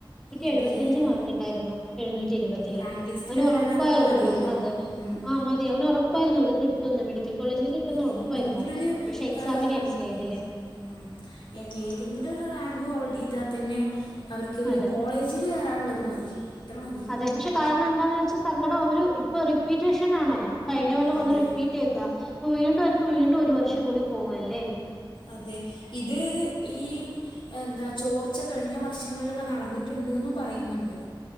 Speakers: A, on the left (about 70°); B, in the centre.
A: എന്ത്
B: എഴുപത്തഞ്ച്
A: ചെയ്യാനാ
B: മാർക്ക് ഉണ്ടാരുന്നു എഴുന്നൂറ്റിഇരുപതില്
A: റാങ്ക് ലിസ്റ്റിൽ
B: അവനു
A: വരാൻ
B: ഉറപ്പായിരുന്നു
A: അതൊക്കെ മതിയല്ലോ
B: അത്
A: ഉം.
B: ആ മതി അവനു ഉറപ്പായിരുന്നു ഇവിടെ കിട്ടും എന്ന് മെഡിക്കൽ കോളേജിൽ കിട്ടുമെന്ന്
A: എന്തെങ്കിലൊരു
B: ഉറപ്പായിരുന്നു പക്ഷെ എക്സാംമ്
A: ഏഹ്
B: ക്യാൻസൽ ഏതിലെ
A: ഉം ഏതെങ്കിലും ഒരു റാങ്ക് ഹോൾഡ് ചെയ്‌താത്തന്നെ അവർക്കോരു
B: അതെ.
A: കോളേജില് വറാനുള്ളത് മതി അത്ര മതി
B: അതെ പക്ഷെ കാരണം എന്താന്ന് വെച്ചാ സങ്കടം അവര് ഇപ്പൊ റിപ്പീറ്റേഷൻ ആണത് കഴിഞ്ഞ കൊല്ലം
A: അതെ
B: ഒന്ന് റിപ്പീറ്റ് ചെയ്ത അപ്പ വീണ്ടും അവർക്ക് വീണ്ടും ഒരു വർഷം കൂടി പോ അല്ലേ
A: അതെ ഇത് ഈ എന്താ ചോർ കൊറച്ച കഴിഞ്ഞ വർഷങ്ങളിലൊക്കെ നടന്നിട്ടുണ്ട്ും പറയുന്നുണ്ട്